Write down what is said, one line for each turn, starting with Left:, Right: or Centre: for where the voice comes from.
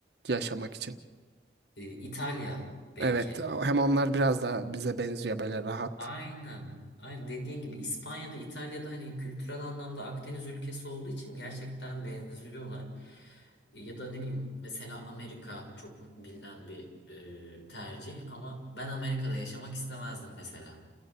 Right: yaşamak için.
Left: Ee, İtalya belki.
Right: Evet, hem onlar biraz daha bize benziyor böyle rahat.
Left: Aynen. Aynen dediğin gibi İspanya'da, İtalya'da hani kültürel anlamda Akdeniz ülkesi olduğu için gerçekten benziyorlar. Ya da ne bileyim mesela Amerika çok bilinen bir e, tercih ama ben Amerika'da yaşamak istemezdim mesela.